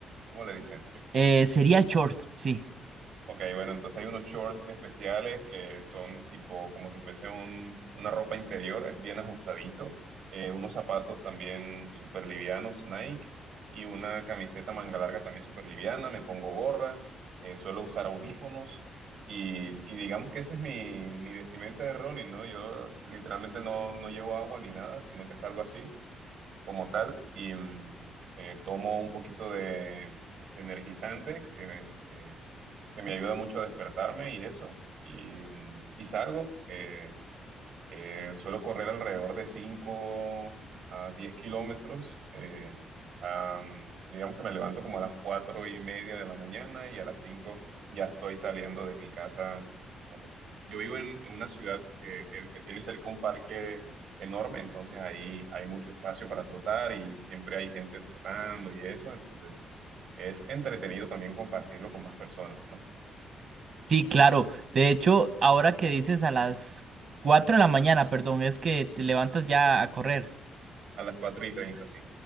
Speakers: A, on the right; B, on the right.
A: ¿cómo le dicen?
B: Eh, sería short, sí.
A: Ok, bueno, entonces hay unos shorts especiales que son tipo como si fuese un- una ropa interior, es bien ajustadito, eh, unos zapatos también súper livianos, Nike, y una camiseta manga larga también súper liviana, me pongo gorra, eh, suelo usar audífonos, y, y digamos que ese es mi, mi vestimenta de running, ¿no? Yo literalmente no, no llevo agua ni nada, sino que es algo así como tal, y mm, eh, tomo un poquito de, de energizante, que... que que me ayuda mucho a despertarme y eso. Y, mm, y salgo, eh, eh, suelo correr alrededor de cinco a diez kilómetros. eh, am, digamos que me levanto como a las 4 y media de la mañana y a las 5 ya estoy saliendo de mi casa a trotar. Yo vivo en, en una ciudad que, que- que tiene cerca un parque enorme, entonces ahí hay mucho espacio para trotar y siempre hay gente trotando y eso, entonces es entretenido también compartirlo con más personas, ¿no?
B: Sí, claro. De hecho, ahora que dices a las 4 de la mañana, perdón, es que te levantas ya a correr.
A: A las 4 y 30 sí.